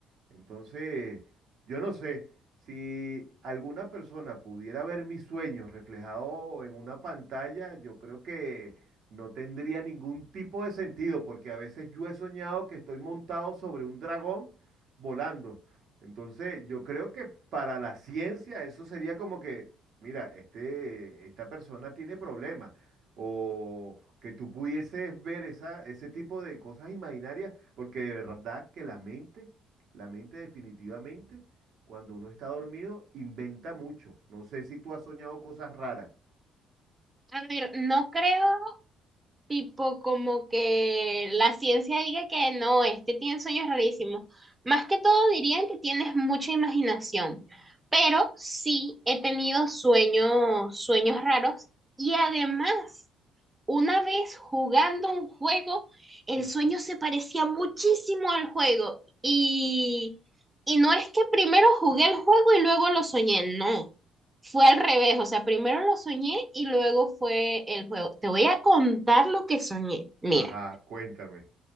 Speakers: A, on the right; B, on the right.
A: Entonces, yo no sé si alguna persona pudiera ver mis sueños reflejados en una pantalla, yo creo que no tendría ningún tipo de sentido, porque a veces yo he soñado que estoy montado sobre un dragón volando. Entonces, yo creo que para la ciencia eso sería como que, mira, este, esta persona tiene problemas, o que tú pudieses ver esa, ese tipo de cosas imaginarias, porque de verdad que la mente la mente definitivamente, cuando uno está dormido, inventa mucho. No sé si tú has soñado cosas raras.
B: A ver, no creo Tipo como que la ciencia diga que no, este tiene sueños rarísimos. Más que todo dirían que tienes mucha imaginación, pero sí he tenido sueños, sueños raros y además una vez jugando un juego, el
A: <laughs>
B: sueño se parecía muchísimo al juego y, y no es que primero jugué el juego y luego lo soñé, no, fue al revés, o sea, primero lo soñé y luego fue el juego. Te voy a contar lo que soñé. Mira,
A: Ajá, cuéntame.